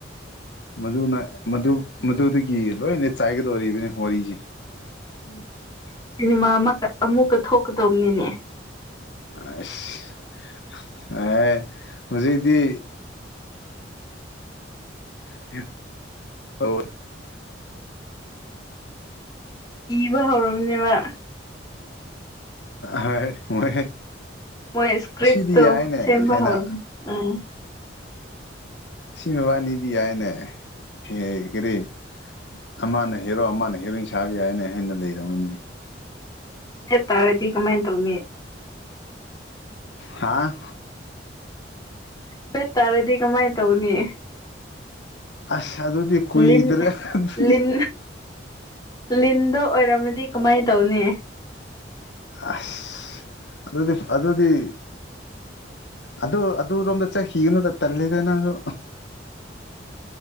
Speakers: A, on the left; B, on the left.
A: ꯃꯗꯨꯅ ꯃꯗꯨ ꯃꯗꯨꯗꯒꯤ ꯂꯣꯏꯅ ꯆꯥꯏꯒꯗꯧꯔꯤꯕꯅꯤ ꯋꯥꯔꯤꯁꯦ꯫
B: ꯎ ꯁꯤꯅꯦꯃꯥ ꯑꯃꯀ ꯑꯃꯨꯛꯀ ꯊꯣꯛꯀꯗꯕꯅꯤꯅꯦ꯫
A: ꯑꯁ ꯑꯦ ꯍꯧꯖꯤꯛꯇꯤ <unintelligible>
B: ꯏꯕ ꯍꯧꯔꯕꯅꯦꯕ꯫
A: ꯍꯥꯏ ꯃꫭꯏ꯫
B: ꯃꯣꯏ ꯏꯁꯀ꯭ꯔꯤꯞꯇꯣ
A: ꯑꯁꯤꯗꯤ ꯌꯥꯏꯅꯦ
B: ꯁꯦꯝꯕ
A: ꯍꯥꯏꯅ꯫
B: ꯍꯧꯔꯕꯅꯦ ꯎꯝ
A: ꯁꯤ ꯃꯕꯥꯅꯤꯗꯤ ꯌꯥꯏꯅꯦ ꯍꯦ ꯀꯔꯤ꯫ ꯑꯃꯅ ꯍꯦꯔꯣ ꯑꯃꯅ ꯍꯦꯔꯣꯏꯟ ꯁꯥꯕ ꯌꯥꯏꯅ ꯍꯦꯟꯅ ꯂꯩꯔꯝꯃꯅꯤ꯫
B: ꯆꯠ ꯇꯥꯔꯗꯤ ꯀꯃꯥꯏꯅ ꯇꯧꯅꯤ꯫
A: ꯍꯥꯥ꯫
B: ꯕꯦꯠ ꯇꯥꯔꯗꯤ ꯀꯃꯥꯏꯅ ꯇꯧꯅꯤ꯫
A: ꯑꯁ ꯑꯗꯨꯗꯤ ꯀꯨꯏꯗ꯭ꯔꯦ
B: ꯂꯤꯟ
A: ꯑꯗꯨꯗꯤ꯫
B: ꯂꯤꯟ ꯂꯤꯟꯗꯣ ꯑꯣꯏꯔꯝꯃꯗꯤ ꯀꯃꯥꯏꯅ ꯇꯧꯅꯤ꯫
A: ꯑꯁ ꯑꯗꯨꯗꯤ ꯑꯗꯨꯗꯤ ꯑꯗꯨ ꯑꯗꯨ ꯔꫭꯝꯗ ꯆꯠꯈꯤꯒꯅꯨꯗ ꯇꯜꯂꯦꯗ ꯅꯪꯁꯨ꯫